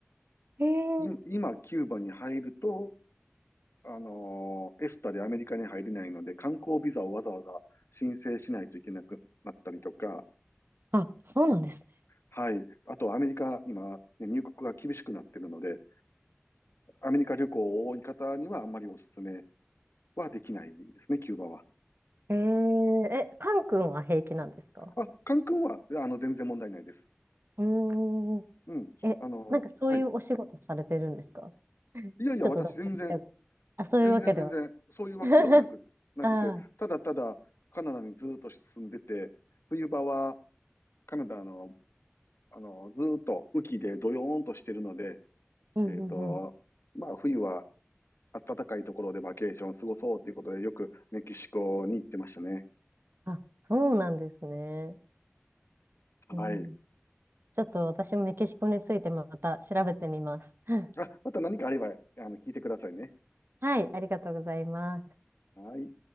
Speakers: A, on the right; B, on the left.
A: ええー
B: い今、キューバに入ると、あのーエスタでアメリカに入れないので、観光ビザをわざわざ申請しないといけなくなったりとか、
A: あ、そうなんですね。
B: はい。あと、アメリカ、今、ね入国が厳しくなってるので、アメリカ旅行を多い方にはあんまりお勧めはできないですね、キューバは。
A: えー、え、カン君は平気なんですか
B: あ、カン君は、あの、全然問題ないです。
A: うーん。
B: うん。
A: え、
B: あの、
A: なんかそういうお仕事されてるんですか
B: はい。いやいや、
A: ちょっとだけ。
B: 私全然、
A: あ、そういうわけでは
B: 全然全然、そういうわけではなく、
A: ない。<laughs>
B: なくて、
A: ああ、
B: ただただカナダにずっと住んでて、冬場はカナダの、あの、ずっと雨季でドヨーンとしてるので、
A: うんうんうん。
B: えっと、まあ、冬は暖かいところでバケーション過ごそうということで、よくメキシコに行ってましたね。
A: あ、そうなんですね。
B: はい。
A: うん、ちょっと私もメキシコについてまた調べてみます。<laughs>
B: あ、また何かあれば、あの、聞いてくださいね。
A: はい、ありがとうございます。
B: はい。